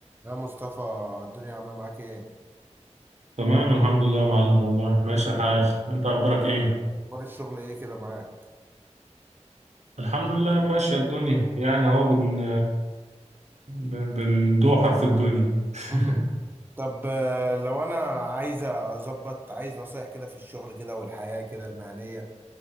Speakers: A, on the right; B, on the right.
A: يا مصطفى الدنيا عاملة معاك ايه؟
B: تمام الحمد لله يا معلم والله ماشي الحال انت اخبارك ايه
A: اخبار الشغل ايه كده معاك؟
B: الحمد لله ماشية الدنيا يعني اهو بن ب- بندوحر في الدنيا <laughs>
A: مم. طب آه، لو انا عايز اظبط عايز نصايح كده في الشغل كده والحياة كده المهنية